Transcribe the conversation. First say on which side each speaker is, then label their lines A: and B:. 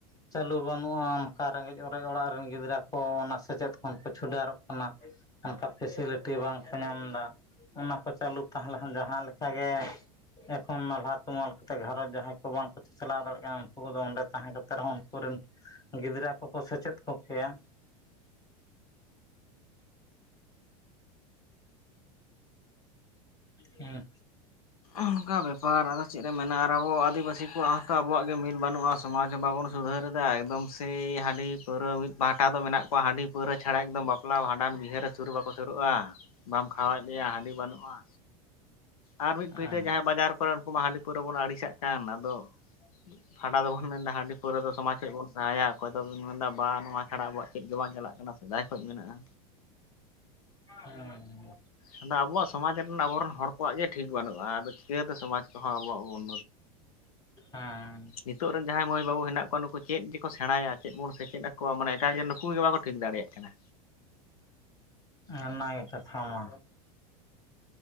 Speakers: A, on the left; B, on the left.
A: ᱪᱟᱹᱞᱩ ᱵᱟᱹᱱᱩᱜᱼᱟ᱾ ᱚᱠᱟ ᱨᱮᱸᱜᱮᱡ ᱚᱨᱮᱡ ᱚᱲᱟᱜ ᱨᱤᱱ ᱜᱤᱫᱽᱨᱟᱹ ᱠᱚ ᱚᱱᱟ ᱥᱮᱪᱮᱫ ᱠᱷᱚᱱ ᱠᱚ ᱪᱷᱩᱰᱟ. ᱨᱚᱜ ᱠᱟᱱᱟ ᱚᱱᱠᱟ ᱯᱷᱤᱥᱤᱞᱤᱴᱤ ᱵᱟᱝᱠᱚ ᱧᱟᱢ ᱮᱫᱟ᱾ ᱚᱱᱟ ᱠᱚ ᱪᱟᱹᱞᱩ ᱛᱟᱦᱮᱸ ᱞᱮᱱ ᱡᱟᱦᱟᱸ ᱞᱮᱠᱟᱜᱮ ᱮᱠᱷᱚᱱ ᱱᱟᱞᱦᱟ ᱛᱩᱢᱟᱹᱞ ᱠᱟᱛᱮ ᱜᱷᱟᱨᱚᱸᱡᱽ ᱡᱟᱦᱟᱸᱭ ᱠᱚ ᱵᱟᱝᱠᱚ ᱪᱟᱞᱟᱣ ᱫᱟᱲᱮᱭᱟᱜ ᱠᱟᱱᱟ ᱩᱱᱠᱩ ᱠᱚᱫᱚ ᱚᱸᱰᱮ ᱛᱟᱦᱮᱸ ᱠᱟᱛᱮ ᱨᱮᱦᱚᱸ ᱩᱱᱠᱩ ᱜᱤᱫᱽᱨᱟᱹ ᱠᱚᱠᱚ ᱥᱮᱪᱮᱫ ᱠᱚᱜ ᱠᱮᱭᱟ᱾ ᱦᱩᱸ᱾
B: ᱚᱱᱠᱟ ᱵᱮᱯᱟᱨ ᱟᱫᱚ ᱪᱮᱫ? ᱢᱮᱱᱟᱜᱼᱟ ᱟᱨ ᱟᱵᱚ ᱟᱹᱫᱤᱵᱟᱹᱥᱤ ᱠᱚᱣᱟᱜ ᱦᱚᱸᱛᱚ ᱟᱵᱚᱣᱟᱜ ᱜᱮ ᱢᱤᱞ ᱵᱟᱹᱱᱩᱜᱼᱟ ᱥᱚᱢᱟᱡᱽ ᱦᱚᱸ ᱵᱟᱵᱚᱱ ᱥᱩᱫᱷᱟᱹᱨ ᱮᱫᱟ ᱮᱠᱫᱚᱢ ᱥᱮᱭ ᱦᱸ᱾ ᱦᱟᱺᱰᱤ ᱯᱟᱹᱣᱨᱟᱹ ᱢᱤᱫ ᱯᱟᱦᱴᱟ ᱫᱚ ᱢᱮᱱᱟᱜ ᱦᱟᱺᱰᱤ ᱯᱟᱹᱣᱨᱟᱹ ᱪᱷᱟᱲᱟ ᱮᱠᱫᱚᱢ ᱵᱟᱯᱞᱟ ᱵᱷᱟᱸᱰᱟᱱ ᱵᱤᱦᱟᱹᱨᱮ ᱥᱩᱨ ᱵᱟᱠᱚ ᱥᱩᱨᱩᱜᱼᱟ᱾ ᱵᱟᱢ ᱠᱷᱟᱣᱟᱭᱮᱫ ᱞᱮᱭᱟ ᱦᱟᱺᱰᱤ ᱵᱟᱹᱱᱩᱜᱼᱟ ᱟᱨ ᱢᱤᱫ
A: ᱦᱮᱸ
B: ᱯᱤᱴᱟᱹ ᱡᱟᱦᱟᱸᱭ ᱵᱟᱡᱟᱨ ᱠᱚᱨᱮ ᱩᱱᱠᱩ ᱢᱟ ᱦᱟᱺᱰᱤ ᱯᱟᱹᱣᱨᱟᱹ ᱵᱚᱱ ᱟᱹᱲᱤᱥᱟᱜ ᱠᱟᱱ ᱟᱫᱚ ᱯᱷᱟᱰᱟ ᱫᱚᱵᱚᱱ ᱢᱮᱱᱫᱟ ᱦᱟᱺᱰᱤ ᱯᱟᱹᱣᱨᱟᱹ ᱫᱚ ᱥᱚᱢᱟᱡᱽ ᱠᱷᱚᱱ ᱵᱚᱱ ᱥᱟᱦᱟᱭᱟ᱾ ᱚᱠᱚᱭ ᱫᱚᱵᱤᱱ ᱢᱮᱱᱫᱟ ᱵᱟ ᱱᱚᱣᱟ ᱪᱷᱟᱲᱟ ᱟᱵᱚᱣᱟᱜ ᱪᱮᱫ ᱜᱮ ᱵᱟᱝ ᱪᱟᱞᱟᱜ ᱠᱟᱱᱟ ᱥᱮᱫᱟᱭ ᱠᱷᱚᱱ ᱢᱮᱱᱟᱜᱼᱟ᱾
A: ᱦᱩᱸ᱾
B: ᱟᱫᱚ ᱟᱵᱚᱣᱟᱜ ᱥᱚᱢᱟᱡᱽ ᱨᱮᱱᱟᱜ ᱟᱵᱚᱨᱤᱱ ᱦᱚᱲ ᱠᱚᱣᱟᱜ ᱜᱮ ᱴᱷᱤᱠ ᱵᱟᱹᱱᱩᱜᱼᱟ ᱟᱫᱚ ᱪᱤᱠᱟᱹᱛᱮ ᱥᱚᱢᱟᱡᱽ ᱠᱚᱦᱚᱸ ᱟᱵᱚᱣᱟᱜ ᱵᱚᱱ
A: ᱦᱮᱸ
B: ᱱᱤᱛᱚᱜ ᱨᱤᱱ ᱡᱟᱦᱟᱸᱭ ᱢᱟᱹᱭ ᱵᱟᱹᱵᱩ ᱦᱮᱱᱟᱜ ᱠᱚᱣᱟ ᱱᱩᱠᱩ ᱪᱮᱫ ᱠᱚ ᱥᱮᱬᱟᱭᱟ ᱪᱮᱫ ᱵᱚᱱ ᱥᱮᱪᱮᱫ ᱟᱠᱚᱣᱟ ᱢᱟᱱᱮ ᱮᱴᱟᱜᱮ ᱱᱩᱠᱩ ᱜᱮ ᱵᱟᱠᱚ ᱴᱷᱤᱠ ᱫᱟᱲᱮᱭᱟᱜ ᱠᱟᱱᱟ᱾
A: ᱚᱱᱟᱜᱮ ᱠᱟᱛᱷᱟ ᱢᱟ᱾